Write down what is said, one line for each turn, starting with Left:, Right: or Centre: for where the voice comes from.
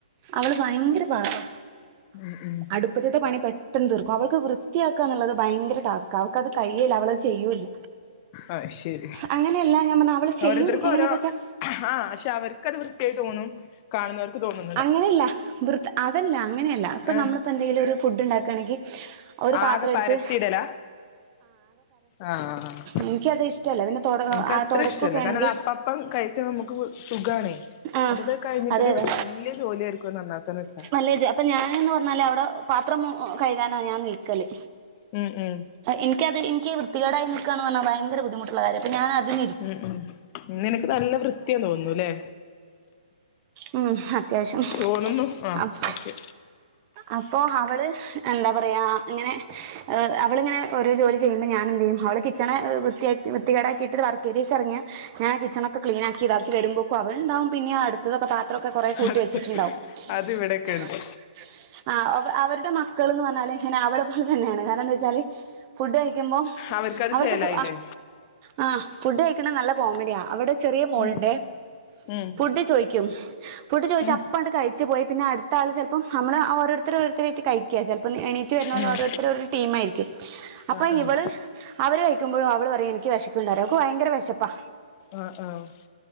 Right: അവള് ഭയങ്കര പാവാ
Left: ഉം ഉം
Right: അടുപ്പത്ത്തെ പണി പെട്ടെന്നുതീർക്കു അവൾക്കു വൃത്തിയാക്കന്നുള്ളതു ഭയങ്കര ടാസ്കാ അവൾക്കതു കഴിയുല്ല അവളത് ചെയ്യൂല്ല
Left: ആഹ് ശരി
Right: അങ്ങനെയല്ല ഞാൻ പറഞ്ഞ അവള് ചെയ്യും
Left: ഓരോരുത്തർക്കൊരോ
Right: എങ്ങനെപ്പ വെച്ചാ
Left: ആഹ് ശേ അവർക്കതുവൃത്തിയായി തോന്നും. കാണുന്നവർക്കുതോന്നു
Right: അങ്ങനെയില്ല വൃ അതല്ല അങ്ങനെയല്ല ഇപ്പൊ
Left: ഏ
Right: നമ്മളിപ്പോ എന്തെങ്കിലും ഒരുഫുഡ് ഇണ്ടാക്കാണെങ്കി ഒരുപാത്രടുത്ത്
Left: ആകെ പരത്തിയിടല ആഹ്
Right: എനിക്കത് ഇഷ്ടല്ല പിന്നെ തൊട
Left: എനിക്കത്രയിക്കിഷ്ടല്ല
Right: തൊടക്കൊക്കെ ആണെങ്കിൽ
Left: കാരണം അത്അപ്പപ്പം കഴിച്ച മു മു സുഖാണേ
Right: ആ
Left: അതൊക്കെകഴിഞ്ഞിട്ടൊരു
Right: അതെ അതെ
Left: വലിയ ജോലിയെടുക്കു നന്നാക്കാന്നു വെച്ചാ
Right: അല്ലേജ അപ്പൊ ഞാനെന്നുപറഞ്ഞാല് അവിടെ പാത്രം കഴുകാനാ ഞാൻ നിൽക്കല്
Left: ഉം ഉം
Right: എനിക്കത്എനിക്കീ വൃത്തികേടായി നിൽക്ക പറഞ്ഞാ ഭയങ്ക ബുദ്ധിമുട്ടുള്ളകാര്യ അപ്പ ഞാനതി
Left: ഉം ഉം നിക്ക് നല്ലവൃത്തി തോന്നുന്നൂലേ.
Right: ഉം അത്യാവശ്യം
Left: തോന്നുന്നു ആ
Right: ആമ്
Left: ഓക്കെ
Right: അപ്പൊ അവള് എന്താ പറയാ ഇങ്ങനെ അവളങ്ങെ ഓരോ ചെയ്യുമ്പോ ഞ എന്തയ്യും അവള് കിച്ചണ വൃത്തി വൃത്തികേടാക്കിയിട്ടത് വർക്ക് തിയൊക്ക ഇറങ്ങിയ ഞാ കിച്ചണക്കെ ക്ലീക്കി ഇതാക്കി വരുമ്പോക്ക അവളണ്ടാവും പിന്നെ അട് ക്ക്ക്കെ പാത്രൊക്കെ കൊറ കൂട്ടി
Left: അടുത്ത്
Right: വെച്ചിട്ടുണ്ടാവും
Left: അത് ഇവിടെക്കെ
Right: ഹ്‌
Left: ഉണ്ട്
Right: ആ അവരുടെ മക്കൾന്ന് പറഞ്ഞാലല് ഇങ്ങനെ അവളെ പോലെ തന്നെയാണ് കാരണം എന്താ വെച്ചാല് ഫുഡ് കഴിക്കുമ്പോ
Left: അവർക്കത്
Right: അവർക്ക്
Left: ചേലായില്ലേ
Right: ആ ഫുഡ് കഴിക്കണ നല്ല കോമഡിയാണ് അവിട ചെറിയ മോളിന്റെ
Left: ഉം ഉം
Right: ഫുഡ് ചോദിക്കും ഫുഡ് ചോദിച്ച
Left: ഉം
Right: അപ്പണ്ട് കഴച്ച് പോയി പിന്നെ അടുത്ത ആൾ ചിലപ്പോം നമ്മൾ ഓരോരുത്തരോരരുയിട്ട് കയി ക്കാ ചിലപ്പോ എണീറ്റ് വര
Left: ഉം
Right: ഓരോരുത്തര ഒരു ടീം ആയിരിക്കും അപ്പൊ
Left: ആഹ് ആഹ്
Right: ഇവള് അവര് കഴിക്കുമ്പോഴും അവള് പറ എനിക്ക് വെശക്കണ്ടാറിയു ഓൾക്ക് ഭയങ്കര വിശപ്പാ
Left: ആഹ് ആഹ്